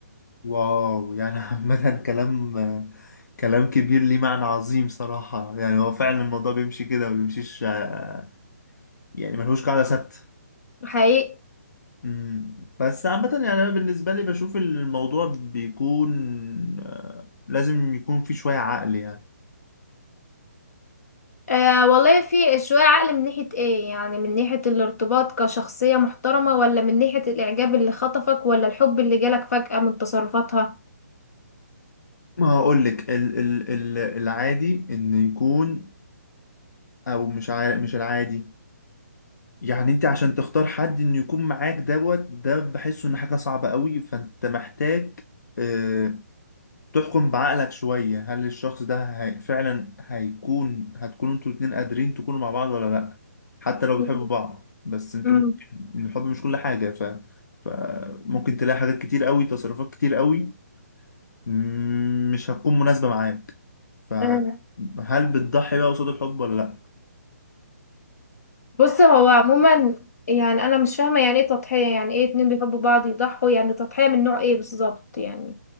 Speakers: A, on the left (about 85°); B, on the left (about 60°).
A: واو يعني عامة كلام كلام كبير ليه معنى عظيم صراحة يعني هو فعلا الموضوع بيمشي كده ما بيمشيش آه، يعني ملهوش قاعدة ثابتة
B: حقيقي
A: أمم، بس عامة يعني أنا بالنسبة لي بشوف الموضوع بيكون آه، لازم يكون فيه شوية عقل يعني
B: آه والله في شوية عقل من ناحية ايه يعني من ناحية الارتباط كشخصية محترمة ولا من ناحية الإعجاب اللي خطفك ولا الحب اللي جالك فجأة من تصرفاتها
A: ما هقولك ال ال ال العادي إنه يكون أو مش عارف مش العادي يعني انت عشان تختار حد انه يكون معاك دوت ده بحسه ان حاجة صعبة قوي فانت محتاج آه، تحكم بعقلك شوية هل الشخص ده هي... فعلا هيكون هتكونوا انتوا الاتنين قادرين تكونوا مع بعض ولا لأ حتى لو
B: مم.
A: بتحبوا بعض بس انتوا
B: امم
A: ممكن الحب مش كل حاجة ف... فممكن تلاقي حاجات كتير قوي تصرفات كتير قوي مم، مش هتكون مناسبة معاك فهل
B: آه.
A: بتضحي بقى قصاد الحب ولا لأ
B: بص هو عموما يعني أنا مش فاهمة يعني ايه تضحية يعني ايه اتنين بيحبوا بعض يضحوا يعني تضحية من نوع ايه بالظبط يعني